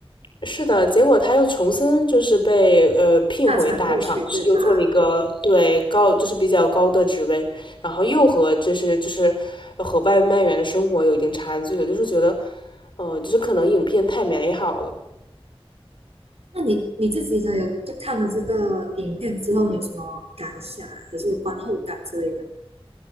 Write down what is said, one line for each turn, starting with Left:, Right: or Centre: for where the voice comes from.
Left: 是的，结果他又重新就是被呃聘回大厂，
Right: 大厂录取对吧？
Left: 就是又做了一个对高就是比较高的职位，然后又和就是就是呃和外卖员的生活有一定差距了，就是觉得，呃，就是可能影片太美好了。
Right: 那你你自己的有就看了这个影片之后，你有什么感想啊还是观后感之类的？